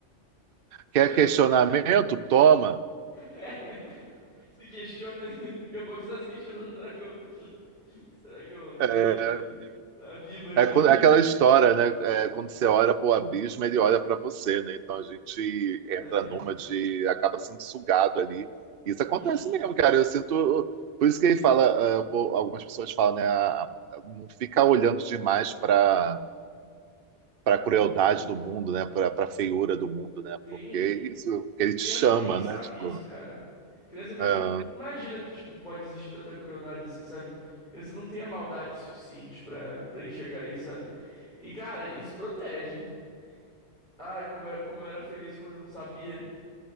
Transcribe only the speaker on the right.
Quer
questionamento? Toma.
É,
é quando-
é aquela história, né? É, quando você olha para o abismo, ele olha para você, né? Então a gente entra
numa de. acaba sendo sugado ali. Isso
acontece mesmo, cara. Eu sinto. Por isso que ele fala, é, pô, algumas pessoas falam, né? a- a- não fica olhando demais para para a crueldade do mundo, né? Para a feiura do mundo, né?
Porque isso que ele
te chama,
né? Tipo.
é,